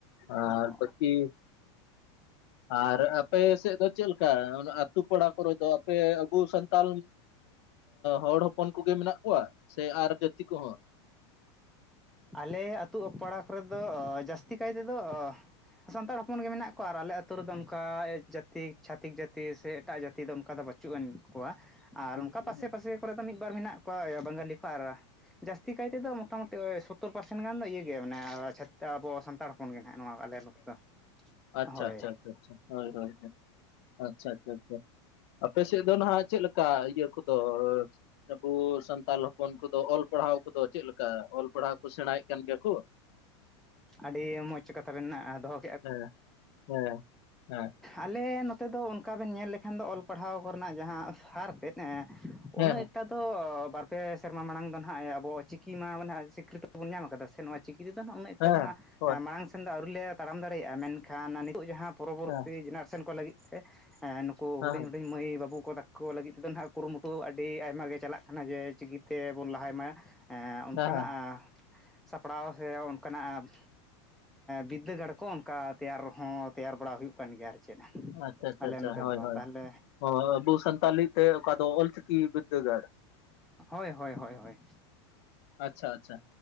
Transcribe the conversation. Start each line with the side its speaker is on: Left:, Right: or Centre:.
Left: ᱟᱨ
Centre: ᱚ
Left: ᱵᱟᱠᱤ
Centre: <inaudible>
Left: ᱟᱨ ᱟᱯᱮ ᱥᱮᱫ ᱫᱚ ᱪᱮᱫᱞᱮᱠᱟ ᱟᱹᱛᱩ ᱯᱟᱲᱟ ᱠᱚᱨᱮ ᱫᱚ ᱟᱯᱮ ᱟᱵᱩ ᱥᱟᱱᱛᱟᱞ ᱦᱚᱲ ᱦᱚᱯᱚᱱ ᱠᱩᱜᱮ ᱢᱮᱱᱟᱜ ᱠᱚᱣᱟ ᱥᱮ ᱟᱨ ᱡᱟᱹᱛᱤ ᱠᱚᱦᱚᱸ
Centre: ᱟᱞᱮ ᱟᱹᱛᱩ ᱯᱟᱲᱟ ᱠᱚᱨᱮ ᱫᱚ ᱡᱟᱹᱥᱛᱤ ᱠᱟᱭ ᱛᱮᱫᱚ ᱥᱟᱱᱛᱟᱲ ᱦᱚᱯᱚᱱ ᱜᱮ ᱢᱮᱱᱟᱜ ᱠᱚᱣᱟ ᱟᱨ ᱟᱞᱮ ᱟᱛᱳ ᱨᱮᱫᱚ ᱚᱝᱠᱟ ᱡᱟᱹᱛᱤ ᱪᱷᱟᱛᱤᱠ ᱡᱟᱹᱛᱤ ᱥᱮ ᱮᱴᱟᱜ ᱡᱟᱹᱛᱤ ᱫᱚ ᱚᱝᱠᱟ ᱫᱚ ᱵᱟᱪ ᱪᱩᱜ ᱟᱱ ᱠᱚᱣᱟ ᱟᱨ
Left: ᱵᱟᱹᱱᱩᱜ
Centre: ᱚᱱᱠᱟ
Left: ᱠᱚᱣᱟ
Centre: ᱯᱟᱥᱮ ᱯᱟᱥᱮ ᱠᱚᱨᱮ ᱫᱚ ᱢᱤᱫ ᱵᱟᱨ ᱢᱮᱱᱟᱜ ᱠᱚᱣᱟ ᱵᱟᱝᱟᱞᱤ ᱠᱚ ᱟᱨ ᱛᱤ ᱠᱟᱭ ᱛᱮᱫᱚ ᱢᱚᱴᱟᱢᱩᱴᱤ ᱥᱳᱛᱳᱨ ᱯᱟᱨᱥᱮᱱ ᱜᱟᱱ ᱫᱚ ᱤᱭᱟᱹ ᱜᱮᱭᱟ ᱢᱟᱱᱮ ᱪᱷᱟ ᱟᱵᱚ ᱥᱟᱱᱛᱟᱲ ᱦᱚᱯᱚᱱ ᱜᱮ ᱱᱟᱦᱟᱜ ᱱᱚᱣᱟ ᱟᱞᱮ ᱱᱚᱛᱮ ᱫᱚ
Left: ᱟᱪᱪᱷᱟ
Centre: ᱦᱳᱭ
Left: ᱟᱪᱪᱷᱟ ᱟᱪᱪᱷᱟ ᱟᱪᱪᱷᱟ ᱦᱳᱭ ᱦᱳᱭ ᱟᱪᱪᱷᱟ ᱟᱪᱪᱷᱟ ᱟᱪᱪᱷᱟ ᱟᱯᱮ ᱥᱮᱫ ᱫᱚ ᱱᱟᱜ ᱪᱮᱫᱞᱮᱠᱟ ᱤᱭᱟᱹ ᱠᱚᱫᱚ ᱟᱵᱚ ᱥᱟᱱᱛᱟᱞ ᱦᱚᱯᱚᱱ ᱠᱚᱫᱚ ᱚᱞ ᱯᱟᱲᱦᱟᱣ ᱠᱚᱫᱚ ᱪᱮᱫᱞᱮᱠᱟ ᱚᱞ ᱯᱟᱲᱦᱟᱣ ᱠᱚ ᱥᱮᱬᱟᱭᱮᱫ ᱠᱟᱱ ᱜᱮᱭᱟ ᱠᱚ
Centre: ᱟᱹᱰᱤ ᱢᱚᱡᱽ ᱠᱟᱛᱷᱟ ᱵᱮᱱᱫᱚᱦᱚ
Left: ᱦᱮᱸ-ᱦᱮᱸ-ᱦᱮᱸ
Centre: ᱟᱞᱮ ᱱᱚᱛᱮ ᱫᱚ ᱚᱱᱠᱟ ᱵᱮᱱ ᱧᱮᱞ ᱞᱮᱠᱷᱟᱱ ᱫᱚ ᱚᱞ ᱯᱟᱲᱦᱟᱣ ᱠᱚᱨᱮᱱᱟᱜ ᱡᱟᱦᱟᱸ ᱦᱟᱨ ᱛᱮᱫ
Left: ᱦᱮᱸ
Centre: ᱩᱱᱟᱹᱜ ᱴᱟ ᱫᱚ ᱵᱟᱨᱯᱮ ᱥᱮᱨᱢᱟ ᱢᱟᱲᱟᱝ ᱫᱚ ᱱᱟᱦᱟᱜ ᱟᱵᱚ ᱪᱤᱠᱤ ᱢᱟ ᱢᱟᱱᱮ ᱥᱤᱠᱨᱤᱛᱤ ᱵᱚᱱ ᱧᱟᱢ ᱟᱠᱟᱫᱟ ᱥᱮ ᱱᱚᱜᱼᱚᱭ ᱪᱤᱠᱤ ᱛᱮᱫᱚ ᱱᱟᱹᱜ ᱩᱱᱟᱹᱜ ᱮᱠᱴᱟ
Left: ᱦᱮᱸ
Centre: ᱫᱚ
Left: ᱦᱳᱭ
Centre: ᱦᱟᱜ ᱢᱟᱲᱟᱝ ᱥᱮᱱ ᱫᱚ ᱟᱹᱣᱨᱤ ᱞᱮ ᱛᱟᱲᱟᱢ ᱫᱟᱲᱮᱭᱟᱜᱼᱟ ᱢᱮᱱᱠᱷᱟᱱ ᱱᱤᱛᱚᱜ ᱡᱟᱦᱟᱸ ᱯᱚᱨᱚᱵ
Left: ᱦᱮᱸ
Centre: ᱨᱤ ᱡᱮᱱᱟᱨᱮᱥᱮᱱ ᱠᱚ ᱞᱟᱹᱜᱤᱫ ᱛᱮ ᱱᱩᱠᱩ
Left: ᱦᱮᱸ
Centre: ᱦᱩᱰᱤᱧ ᱦᱩᱰᱤᱧ ᱢᱟᱹᱭ ᱵᱟᱹᱵᱩ ᱠᱚ ᱛᱟᱠᱚ ᱠᱚ ᱞᱟᱹᱜᱤᱫ ᱛᱮᱫᱚ ᱱᱟᱜ ᱠᱩᱨᱩᱢᱩᱴᱩ ᱟᱹᱰᱤ ᱟᱭᱢᱟᱜ ᱜᱮ ᱪᱟᱞᱟᱜ ᱠᱟᱱᱟ ᱡᱮ ᱪᱤᱠᱤ ᱛᱮᱵᱚᱱ ᱞᱟᱦᱟᱭ ᱢᱟ ᱚᱱᱠᱟᱱᱟᱜ
Left: ᱦᱮᱸ ᱦᱮᱸ
Centre: ᱥᱟᱯᱲᱟᱣ ᱥᱮ ᱚᱱᱠᱟᱱᱟᱜ ᱵᱤᱫᱽᱫᱟᱹᱜᱟᱲ ᱠᱚ ᱚᱱᱠᱟ ᱛᱮᱭᱟᱨ ᱦᱚᱸ ᱛᱮᱭᱟᱨ ᱵᱟᱲᱟ ᱦᱩᱭᱩᱜ ᱠᱟᱱ ᱜᱮᱭᱟ ᱟᱨᱠᱤ ᱪᱮᱫ
Left: ᱟᱪᱪᱷᱟ ᱟᱪᱪᱷᱟ
Centre: ᱟᱞᱮ
Left: ᱟᱪᱪᱷᱟ
Centre: ᱱᱚᱛᱮ
Left: ᱦᱳᱭ
Centre: ᱫᱚ
Left: ᱦᱳᱭ
Centre: ᱛᱟᱦᱚᱞᱮ
Left: ᱚ ᱟᱵᱚ ᱥᱟᱱᱛᱟᱞᱤ ᱛᱮ ᱚᱠᱟ ᱫᱚ ᱚᱞᱪᱤᱠᱤ ᱵᱤᱫᱽᱫᱟᱹᱜᱟᱲ
Centre: ᱦᱳᱭ ᱦᱳᱭ ᱦᱳᱭ ᱦᱳᱭ
Left: ᱟᱪᱪᱷᱟ ᱟᱪᱪᱷᱟ